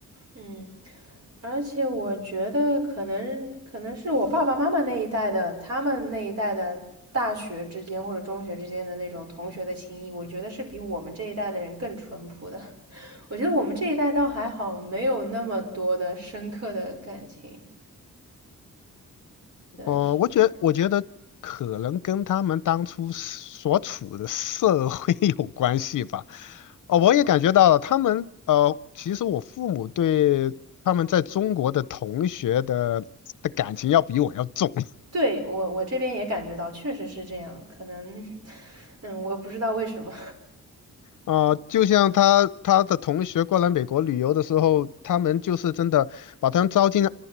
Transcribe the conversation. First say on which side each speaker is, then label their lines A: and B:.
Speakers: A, on the right (about 50°); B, on the left (about 70°).
A: 嗯。而且我觉得可能可能是我爸爸妈妈那一代的，他们那一代的大学之间或者中学之间的那种同学的情谊，我觉得是比我们这一代的人更淳朴的。<laughs> 我觉得我们这一代倒还好，没有那么多的深刻的感情。但是，
B: 呃，我觉我觉得可能跟他们当初所处的社会 <laughs> 有关系吧。哦，我也感觉到他们，呃，其实我父母对他们在中国的同学的的感情要比我要重。
A: 对，我我这边也感觉到，确实是这样。可能，嗯，我不知道为什么。
B: 啊、就像他他的同学过来美国旅游的时候，他们就是真的把他们招进